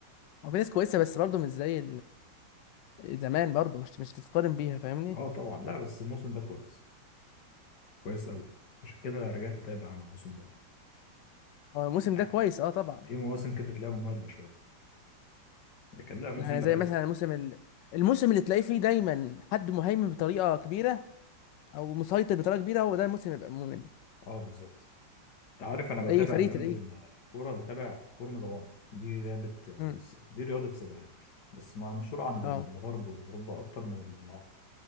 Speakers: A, on the left; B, on the left.
A: وفي ناس كويسه بس برضه مش زي زمان برضو مش مش تتقارن بيها فاهمني
B: اه طبعا لا بس الموسم ده كويس كويس قوي عشان كده رجعت اتابع انا الموسم ده
A: هو الموسم
B: يعني
A: ده كويس اه طبعا
B: في مواسم كده تلاقيها ممله شويه لكن لا الموسم
A: يعني
B: ده
A: زي
B: حلو
A: مثلا الموسم ال... الموسم اللي تلاقيه فيه دايما حد مهيمن بطريقه كبيره او مسيطر بطريقه كبيره هو ده الموسم يبقى ممل
B: اه بالظبط انت عارف انا
A: اي
B: بتابع
A: فريق
B: جنب
A: تلاقيه
B: الكوره بتابع فورمولا 1 دي لعبه
A: امم
B: دي رياضه سباقات بس مع- مشهوره عند
A: اه
B: الغرب واوروبا اكتر من العرب